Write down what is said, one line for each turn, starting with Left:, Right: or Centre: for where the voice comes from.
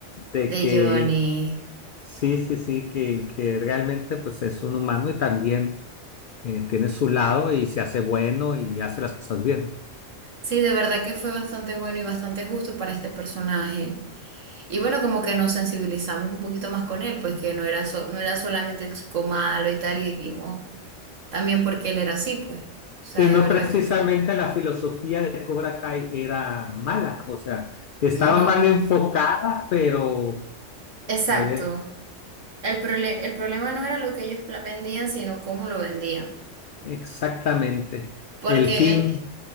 Left: de
Right: de
Left: que
Right: Johnny.
Left: sí, sí, sí, que, que realmente pues es un humano y también eh, tiene su lado y se hace bueno y hace las cosas bien.
Right: Sí, de verdad que fue bastante bueno y bastante justo para este personaje. Y bueno, como que nos sensibilizamos un poquito más con él, pues que no era so- no era solamente el chico malo y tal, y vimos también por qué él era así, pues. O sea,
Left: Y no
Right: de verdad
Left: precisamente
Right: que...
Left: la filosofía de Cobra Kai era mala, o sea, estaba
Right: No,
Left: mal enfocada, pero
Right: exacto.
Left: eh,
Right: El prole- el problema no era lo que ellos pla- vendían, sino cómo lo vendían.
Left: exactamente,
Right: Porque
Left: el fin,